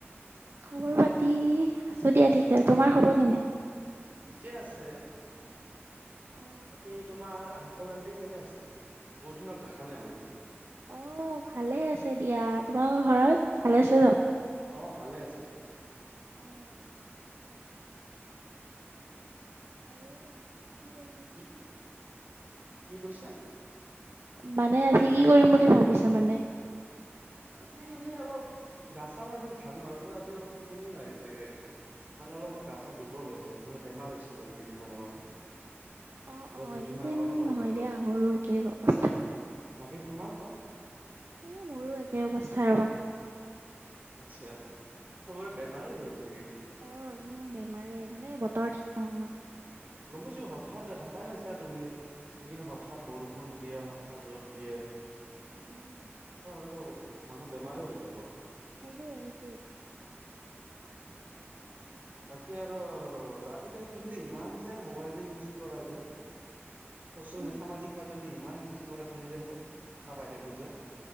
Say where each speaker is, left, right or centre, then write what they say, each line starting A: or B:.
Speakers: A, on the right; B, on the right.
A: খবৰ পাতি আছো দিয়া ঠিক আছে তোমাৰ খবৰ কেনে
B: ঠিকে আছে।
A: অ
B: বাকী তোমাৰ আংকুল- আন্টি কেনে আছে? বহুত দিনত দেখা নাই মই
A: অঁ ভালেই আছে দিয়া। তোমাৰ ঘৰত ভালে আছে চব?
B: অঁ ভালে আছে।
A: অঁ আৰু এনেই কি কৰি
B: কি' কি কৈছা?
A: মানে আজি কি কৰিম বুলি ভাবিছা মানে?
B: আজি এনেই অলপ গা ছাহ ইমান ভাল নহয় তো আজি অলপ টোপনি মাৰিম চাগে। মানে অলপ মই গা চা দুৰ্বল হৈ আছো। মানে বেমাৰ হৈছিল মোৰ কেইদিনমান আগতে।
A: অ অ
B: জাষ্ট দুদিন
A: এইকেইদিন
B: মান আগতে ভাল
A: নহয়
B: পালো।
A: দিয়া মোৰো একেই অৱস্থা
B: বাকী- তোমাৰ কোৱা?
A: এ' মোৰো একেই অৱস্থা ৰবা।
B: আচ্ছা আচ্ছা চবৰে বেমাৰেই হৈছে ছাগে।
A: অঁ এইকেইদিন বেমাৰে মানে বতৰ ঠিক নহয় ন।
B: গম পাইছো হঠাৎ দেখাই পাইছা তুমি। এইকেইদিন হঠাৎ বৰষুণ দিয়ে হঠাৎ ৰ'দ দিয়ে। এনেকোৱা
A: উম
B: হলেটো মানুহ বেমাৰে হৈ যাব।
A: সেইটোৱেই সেইটোৱে।
B: বাকী আৰু আজিকালি তুমি যে ইমান যে মোবাইল যে ইউজ কৰা যে? চচিয়েল
A: উম
B: সামাজিক মাধ্যমটো ইমান ইউজ কৰা তুমি যে দেখা পাই থাকো যে?